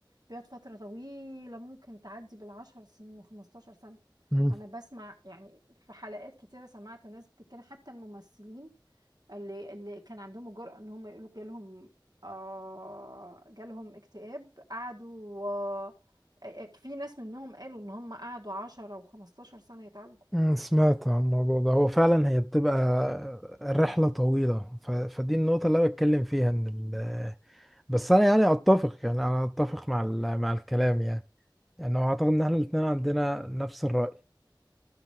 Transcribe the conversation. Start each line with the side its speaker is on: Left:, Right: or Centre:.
Right: بيقعد فترة طويلة ممكن تعدي بالعشر سنين وخمستاشر سنة
Centre: مهم.
Right: أنا بسمع يعني في حلقات كتيرة سمعت ناس بتتكلم حتى الممثلين اللي اللي كان عندهم الجرأة إن هم يقولوا جالهم آه جالهم اكتئاب قعدوا آه آه، في ناس منهم قالوا إن هم قعدوا عشرة وخمستاشر سنة يتعالجوا
Centre: مم. سمعت عن الموضوع ده هو فعلا هي بتبقى الرحله طويله ف... فدي النقطه اللي انا بتكلم فيها ان ال... بس انا يعني اتفق يعني انا اتفق مع ال... مع الكلام يعني يعني هو اعتقد ان احنا الاثنين عندنا نفس الرأي